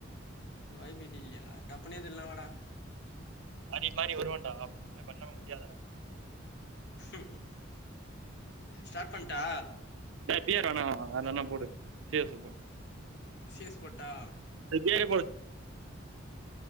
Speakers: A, on the left (about 55°); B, on the right (about 75°).
A: வைடில்லியா டப்பனை தில்னா வடா
B: மாரி மாரி வருவோடா என்ன பண்ண முடியாத
A: ம் ஸ்டார்ட் பண்ட்டா
B: ஹாப்பியா இருக்கானா வேற எதான்னு போடு சேசு போடு
A: சேஸ் போட்டா
B: வேற போடு